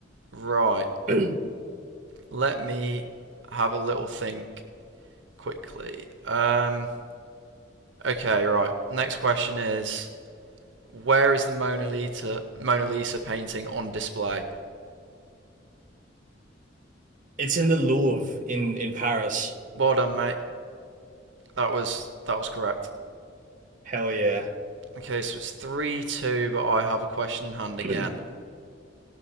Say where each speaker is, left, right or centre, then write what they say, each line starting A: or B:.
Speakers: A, on the right (about 75°); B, on the right (about 45°).
A: right.
B: <laughs>
A: Let me have a little think quickly. Um, okay, right. Next question is, where is the Mona Lisa Mona Lisa painting on display?
B: It's in the Louvre in in Paris.
A: Well done, mate. That was that was correct.
B: Hell yeah.
A: Okay, so it's three two, but I have a question in hand
B: <clears throat>
A: again.